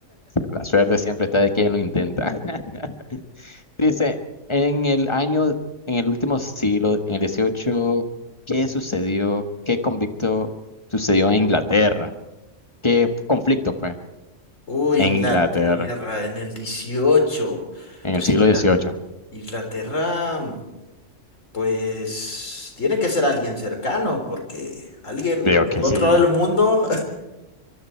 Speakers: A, on the left; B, on the left.
A: La suerte siempre está de quien lo intenta. <laughs> Dice, en el año, en el último siglo, en el 18, ¿qué sucedió? ¿Qué convicto sucedió en Inglaterra? ¿Qué conflicto, pues?
B: Uy,
A: En
B: Inglaterra
A: Inglaterra,
B: en el dieciocho
A: en
B: Pues
A: el siglo
B: Ingla-
A: 18.
B: Inglaterra, pues tiene que ser alguien cercano, porque alguien
A: Creo
B: del
A: que
B: otro
A: sí.
B: lado del mundo.